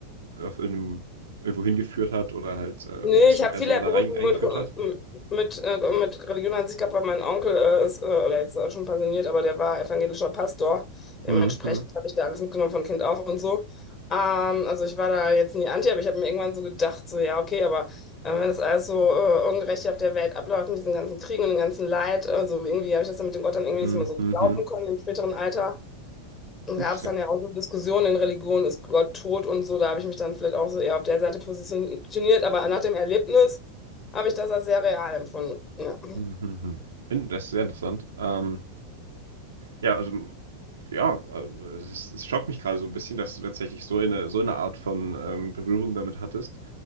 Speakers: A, on the right (about 65°); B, on the left (about 25°).
A: auf irgendeinem, irgendwo hingeführt hat oder halt äh,
B: nee,
A: ein bisschen
B: ich habe
A: mehr
B: viele
A: so da
B: Berührungen
A: rein eingeführt
B: mit, äh,
A: hat.
B: mit, äh, mit Religion an sich gehabt, weil mein Onkel äh, ist, äh, oder jetzt äh, schon pensioniert, aber der war evangelischer Pastor. Dementsprechend
A: Mhm. Mhm.
B: habe ich da alles mitgenommen von Kind auf und so. Ähm, also ich war da jetzt nie anti, aber ich habe mir irgendwann so gedacht, so ja, okay, aber äh, wenn das alles so äh, ungerecht auf der Welt abläuft, mit diesen ganzen Kriegen und dem ganzen Leid, also irgendwie habe ich das dann mit dem Gott dann irgendwie
A: Mhm.
B: nicht mehr so
A: mhm.
B: glauben können im späteren Alter.
A: Interesting.
B: gab es dann ja auch so Diskussionen in Religion, ist Gott tot und so. Da habe ich mich dann vielleicht auch so eher auf der Seite positioniert, aber nach dem Erlebnis habe ich das als sehr real empfunden. Ja.
A: Mhm. mhm. Das ist sehr interessant. Ähm, Ja, also ja, äh, es, es schockt mich gerade so ein bisschen, dass du tatsächlich so eine, so eine Art von ähm, Berührung damit hattest.